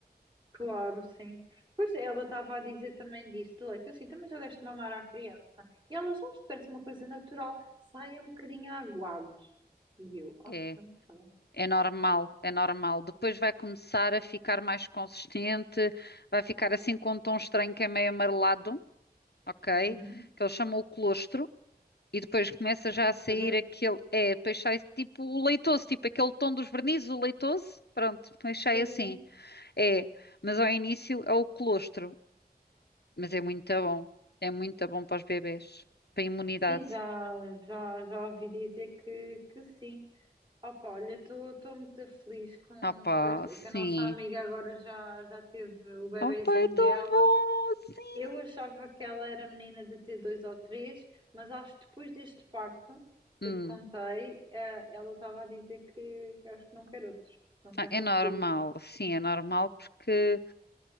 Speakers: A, on the right (about 30°); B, on the left (about 80°).
A: Claro, sim. Pois é, ela estava a dizer também disso, de leite. Eu sim, também já deste mamar à criança. E ela já isto parece uma coisa natural. Sai um bocadinho aguado. E eu, ah,
B: É,
A: pronto, tá bom.
B: é normal, é normal. Depois vai começar a ficar mais consistente, vai ficar assim com um tom estranho que é meio amarelado, ok?
A: Uhum.
B: Que eles chamam o colostro. E depois começa
A: Ai,
B: já a sair
A: caralho.
B: aquele. É, depois sai tipo o leitoso, tipo aquele tom dos vernizes, o leitoso. Pronto, depois sai
A: Sim,
B: assim.
A: sim.
B: É, mas ao início é o colostro. Mas é muito bom. É muito bom para os bebés. Para a imunidade.
A: Sim, já, já, já ouvi dizer que, que sim. Opa, olha, estou muito feliz com,
B: Ah pá,
A: com esta-
B: sim.
A: que a nossa amiga agora já, já teve o bebezinho
B: Ah pá, é tão
A: dela.
B: bom, sim.
A: Eu achava que ela era menina de ter dois ou três, mas acho que depois deste parto que
B: Hum.
A: eu te contei, eh, ela estava a dizer que, que acho que não quer outro, não quer
B: Ah, é
A: repetir.
B: normal, sim, é normal porque.